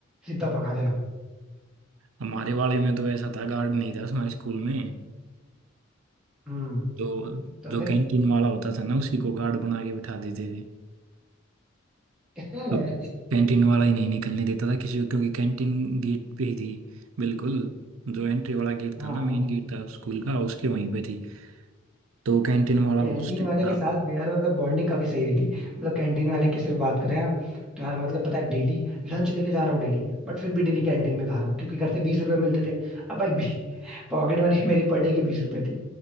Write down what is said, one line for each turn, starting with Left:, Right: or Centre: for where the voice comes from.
Centre: सीधा भगा देना
Right: हमारे वाले में तो ऐसा था गार्ड नहीं था हमारे स्कूल में
Centre: हम्म
Right: तो
Centre: तो
Right: जो
Centre: फिर
Right: कैंटीन वाला होता था ना उसी को गार्ड बना के बिठा देते थे
Centre: <laughs>
Right: तो कैंटीन वाला ही नहीं निकलने देता था किसी को क्योंकि कैंटीन गेट पे ही थी बिल्कुल जो एंट्री वाला गेट
Centre: हाँ
Right: था ना मेन गेट था स्कूल का उसके वहीं पे थी तो कैंटीन वाला
Centre: कैंटीन
Right: बहुत स्ट्रिक्ट
Centre: वाले
Right: था
Centre: के साथ भी यार मतलब बॉन्डिंग काफी सही रही थी मतलब कैंटीन वाले की सिर्फ बात करें आप तो यार मतलब पता है डेली लंच लेके जा रहा हूँ डेली बट फिर भी डेली कैंटीन में खा रहा हूँ क्योंकि घर से बीस रुपए मिलते थे अब भाई <laughs> पॉकेट मनी मेरी पर डे की बीस रुपए थी